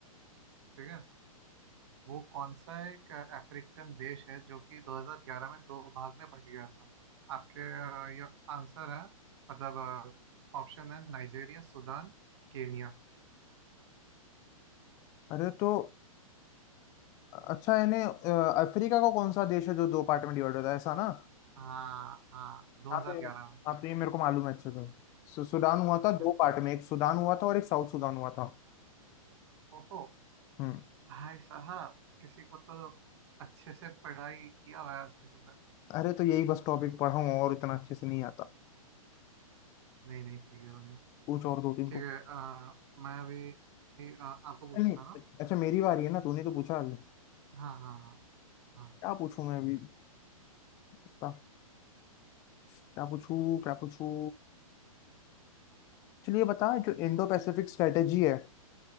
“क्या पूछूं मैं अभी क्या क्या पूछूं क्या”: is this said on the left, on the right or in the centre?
Left